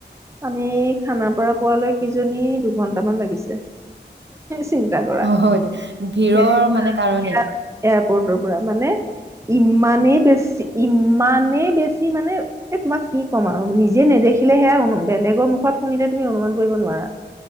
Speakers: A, on the right; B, on the right.
A: আমি খানাপাৰা পোৱালৈ, কিজানি দুঘন্টামান লাগিছে। চিন্তা কৰা,
B: হয় দে ভিৰৰ
A: হেৰি পৰা
B: মানে কাৰণেই।
A: ইয়াৰ এয়াৰপৰ্টৰ পৰা, মানে ইমানেই বেছি, ইমানেই বেছি মানে এ', তোমাক কি ক'ম আৰু, নিজে নেদিখিলে সেইয়া অনু বেলেগৰ মুখত শুনিলে তুমি অনুমান কৰিব নোৱাৰা,